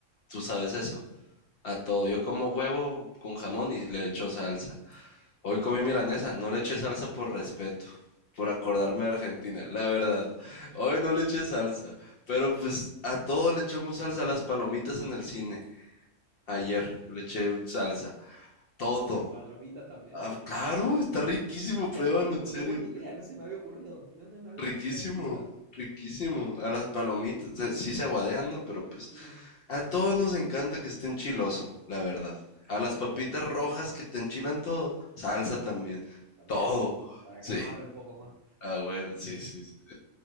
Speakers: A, on the left; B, on the right.
A: Tú sabes eso. A todo. Yo como huevo con jamón y le echo salsa. Hoy comí milanesa, no le eché salsa por respeto, por
B: por
A: acordarme de Argentina, la verdad. Hoy no le eché salsa, pero pues a todo le echamos salsa, las palomitas en el cine. Ayer le eché salsa. Todo.
B: las palomitas también.
A: Ah, claro, está riquísimo, pruébalo,
B: Qué rico,
A: en serio.
B: qué buena idea, no se me había ocurrido, no se me había
A: riquísimo,
B: ocurrido nunca.
A: riquísimo. A las palomitas, se- sí se aguadean, ¿no? Pero pues
B: Mm,
A: a todos nos encanta que estén chiloso, la verdad. A las papitas
B: qué rico,
A: rojas que te enchilan todo, salsa también.
B: También,
A: Todo.
B: para
A: Sí.
B: que amarre un poco más.
A: Ah, güey, sí, sí. sí.